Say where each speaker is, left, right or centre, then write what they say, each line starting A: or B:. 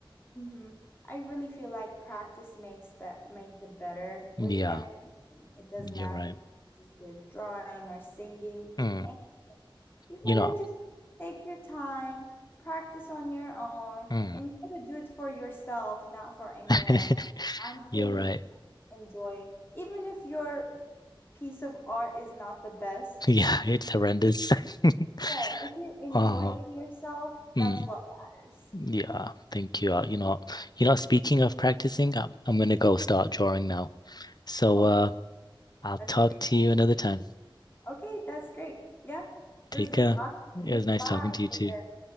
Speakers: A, on the left; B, on the left.
A: hmm I really feel like practice makes be makes it better
B: Yeah,
A: with everything. It does
B: you're
A: not
B: right.
A: just with drawing or singing,
B: Mm,
A: with anything. You
B: you
A: gotta
B: know,
A: just take your time, practice on your own,
B: mm.
A: and you gotta do it for yourself, not for anyone
B: <laughs>
A: else. I'm
B: You're
A: sure you
B: right.
A: enjoy it. Even if your piece of art is not the best,
B: Yeah, it's horrendous. <laughs>
A: but if you're enjoying
B: Uh-huh.
A: yourself,
B: Mm.
A: that's what matters.
B: Yeah, thank you. Uh, you know, you know, speaking of practicing, I'm, I'm gonna go start drawing now. So,
A: Oh,
B: uh, I'll
A: that's
B: talk
A: great.
B: to you another time.
A: Okay, that's great. Yeah, it
B: Take
A: was good
B: care.
A: talking
B: It
A: to you.
B: was nice
A: Bye.
B: talking to you
A: Take
B: too.
A: care.